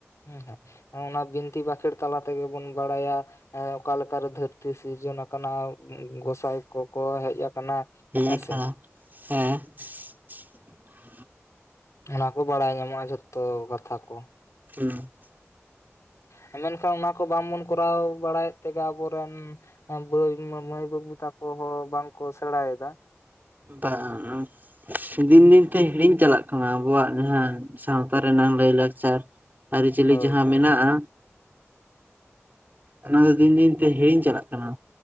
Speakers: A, on the left (about 90°); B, on the right (about 40°).
A: ᱦᱩᱸ ᱦᱮᱸ ᱚᱱᱟ ᱵᱤᱱᱛᱤ ᱵᱟᱠᱷᱮᱬ ᱛᱟᱞᱟ ᱛᱮᱜᱮ ᱵᱚᱱ ᱵᱟᱲᱟᱭᱟ ᱦᱮᱸ ᱚᱠᱟ ᱞᱮᱠᱟ ᱨᱮ ᱫᱷᱟᱹᱨᱛᱤ ᱥᱤᱨᱡᱚᱱ ᱟᱠᱟᱱᱟ ᱜᱚᱸᱥᱟᱭ ᱠᱚᱠᱚ ᱦᱮᱡ ᱟᱠᱟᱱᱟ
B: ᱦᱮᱡ
A: ᱦᱮᱸ
B: ᱟᱠᱟᱱᱟ
A: ᱥᱮ
B: <unintelligible>
A: ᱚᱱᱟ ᱠᱚ ᱵᱟᱲᱟᱭ ᱧᱟᱢᱚᱜᱼᱟ ᱡᱚᱛᱚ ᱠᱟᱛᱷᱟ ᱠᱚ
B: <unintelligible>
A: ᱦᱮᱸ ᱢᱮᱱ ᱠᱷᱟᱱ ᱚᱱᱟ ᱠᱚ ᱵᱟᱝ ᱵᱚᱱ ᱠᱚᱨᱟᱣ ᱵᱟᱲᱟ ᱮᱫ ᱛᱮ ᱜᱮ ᱟᱵᱚ ᱨᱮᱱ ᱫᱟᱹᱭ ᱢᱟᱹᱭ ᱵᱟᱹᱵᱩ ᱛᱟᱠᱚ ᱦᱚᱸ ᱵᱟᱝ ᱠᱚ ᱥᱮᱬᱟ ᱮᱫᱟ
B: ᱵᱟᱝ <inaudible> ᱫᱤᱱ ᱫᱤᱱ ᱛᱮ ᱦᱤᱲᱤᱧ ᱪᱟᱞᱟᱜ ᱠᱟᱱᱟ ᱟᱵᱚᱣᱟᱜ ᱡᱟᱦᱟᱸ ᱥᱟᱶᱛᱟ ᱨᱮᱱᱟᱜ ᱞᱟᱹᱭ ᱞᱟᱠᱪᱟᱨ᱾ ᱟᱹᱨᱤ ᱪᱟᱞᱤ
A: ᱦᱳᱭ
B: ᱡᱟᱦᱟᱸ ᱢᱮᱱᱟᱜᱼᱟ᱾ ᱚᱱᱟ ᱫᱚ ᱫᱤᱱ ᱫᱤᱱ ᱛᱮ ᱦᱤᱲᱤᱧ ᱪᱟᱞᱟᱜ ᱠᱟᱱᱟ᱾